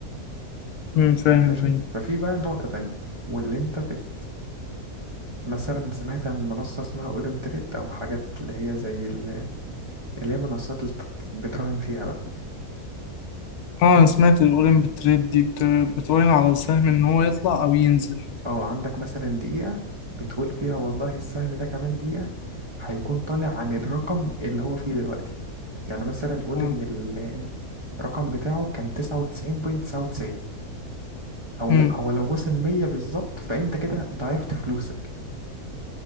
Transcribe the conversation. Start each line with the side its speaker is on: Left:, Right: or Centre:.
Left: مم. فاهم
Right: ماشي
Left: ايوه
Right: ففي بقى نقطة تانية واللي انت بت مثلا سمعت عن منصة اسمها اولم تريد او حاجات اللي هي زي اللي هي منصات الت- بتراهن فيها بقى
Left: اه انا سمعت الاولين بتريد دي بت- بتراهن على السهم ان هو يطلع او ينزل
Right: اه عندك مثلا دقيقة بتقول فيها والله السهم ده كمان دقيقة هيكون طالع عن الرقم اللي هو فيه دلوقتي يعني مثلا قول
Left: مم.
Right: إن ال- الرقم بتاعه كان تسعة وتسعين بوينت تسعة وتسعين أو
Left: مم.
Right: هو لو وصل مية بالظبط فأنت كده ضعفت فلوسك